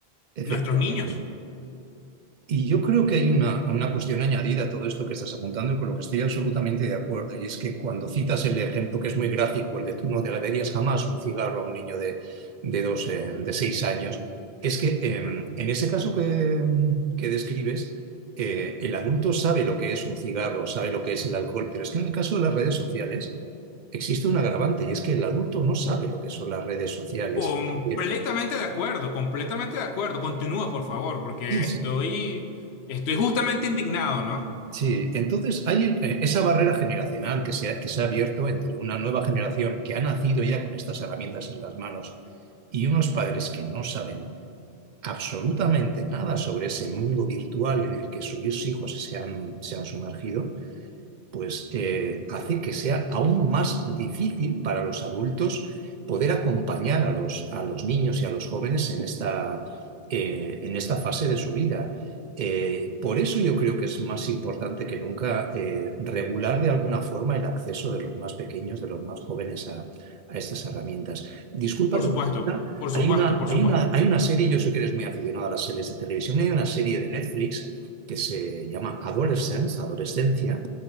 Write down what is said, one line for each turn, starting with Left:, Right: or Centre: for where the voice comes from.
Right: efectivamente.
Left: nuestros niños.
Right: Y yo creo que hay una, una cuestión añadida a todo esto que estás apuntando y con lo que estoy absolutamente de acuerdo, y es que cuando citas el ejemplo que es muy gráfico, el de tú no le darías jamás un cigarro a un niño de, de, 12, de 6 años, es que eh, en
Left: Correcto.
Right: ese caso que, que describes, eh, el adulto sabe lo que es un cigarro, sabe lo que es el alcohol, pero es que en el caso de las redes sociales existe un agravante, y es que el adulto no sabe lo que son las redes sociales.
Left: Completamente
Right: Sí,
Left: de acuerdo, completamente de acuerdo. Continúa, por favor, porque
Right: sí.
Left: estoy, estoy justamente indignado, ¿no?
Right: Sí, entonces hay eh, esa barrera generacional que se ha, que se ha abierto entre una nueva generación que ha nacido ya con estas herramientas en las manos y unos padres que no saben absolutamente nada sobre ese mundo virtual en el que sus hijos se han, se han sumergido pues eh, hace que sea aún más difícil para los adultos poder acompañar a los, a los niños y a los jóvenes en esta, eh, en esta fase de su vida. Eh, por eso yo creo que es más importante que nunca eh, regular de alguna forma el acceso de los más pequeños, de los más jóvenes a, a estas herramientas. Disculpa
Left: Por
Right: que
Left: supuesto,
Right: me extienda,
Left: por
Right: hay
Left: supuesto,
Right: una,
Left: por
Right: hay
Left: supuesto.
Right: una, hay una serie, yo sé que eres muy aficionado a las series de televisión, hay una serie de Netflix que se llama Adolescence, Adolescencia,